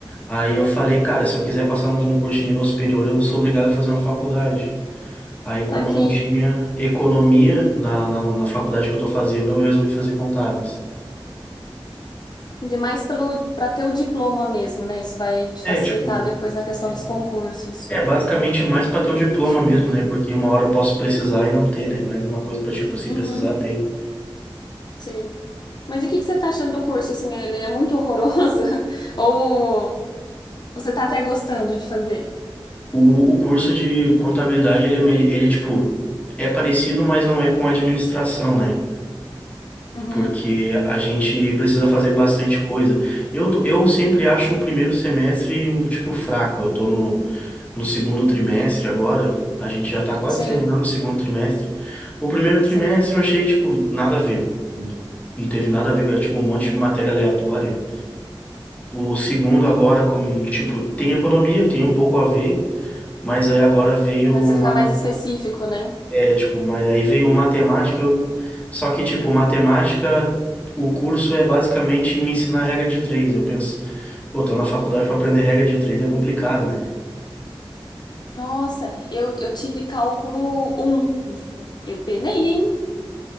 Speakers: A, on the left; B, on the left.
A: aí eu falei, cara, se eu quiser passar num concurso de nível superior, eu sou obrigado a fazer uma faculdade. Aí, como
B: Taquei.
A: não tinha economia na, na, na faculdade que eu tô fazendo, eu resolvi fazer contábeis.
B: Ainda mais pelo para ter o diploma mesmo, né? Isso vai te
A: É,
B: facilitar
A: tipo,
B: depois na questão
A: é,
B: dos concursos.
A: É basicamente mais para ter o diploma
B: Excelente.
A: mesmo, né? Porque uma hora eu posso precisar e não ter, né? Mas uma coisa para tipo, se
B: Uhum,
A: precisar, tem.
B: sim. Mas o que que você tá achando do curso? Assim, ele é muito horroroso? <laughs> Ou você tá até gostando de fazer?
A: O, o curso de contabilidade, ele é, mele- ele, é, tipo, é parecido, mas não é com administração, né?
B: Uhum.
A: porque a gente precisa fazer bastante coisa. Eu, tô- eu sempre acho o primeiro semestre, tipo, fraco. Eu tô no, no segundo trimestre agora, a gente já tá quase
B: Sim,
A: terminando o segundo trimestre. O primeiro trimestre
B: sim.
A: eu achei, tipo, nada a ver. Não não teve nada a ver, era, tipo, um monte de matéria aleatória. O segundo agora, como, tipo, tem economia, tem um pouco a ver, mas aí agora veio
B: Começa
A: uma
B: a ficar mais específico, né?
A: é, tipo, mas aí veio matemática. eu- Só que, tipo, matemática, o curso é basicamente me ensinar regra de três. Eu penso, pô, tô na faculdade pra aprender regra de três, é complicado, né?
B: Nossa, eu, eu tive cálculo um Eu penei, hein?